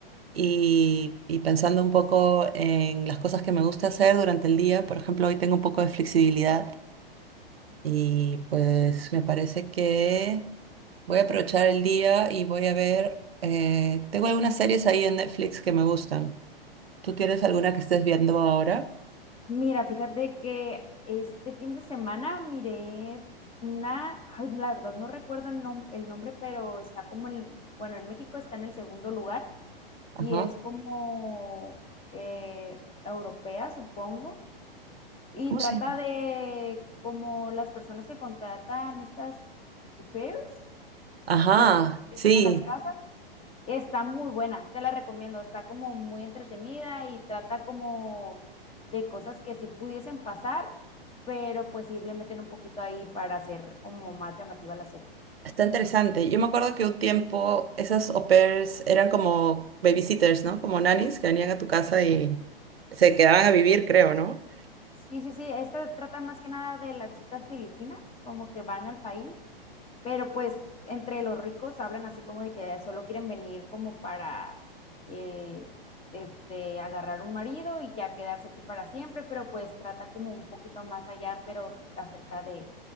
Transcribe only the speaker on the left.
Mira, fíjate que este fin de semana miré una, ay, la verdad no recuerdo el, nom- el nombre, pero está como el, bueno, en México está en el segundo lugar
y es como eh, europea, supongo Y
trata
de como las personas que contratan estas au pairs
de las que
van a las casas. Está muy buena, te la recomiendo. Está como muy entretenida y trata como de cosas que sí pudiesen pasar, pero pues sí le meten un poquito ahí para hacer como más llamativa la serie.
Sí, sí, sí, esta trata más que nada de las chicas filipinas, como que van al país Pero pues entre los ricos hablan así como de que solo quieren venir como para eh, este, agarrar un marido y ya quedarse aquí para siempre, pero pues trata como un poquito más allá, pero acerca de,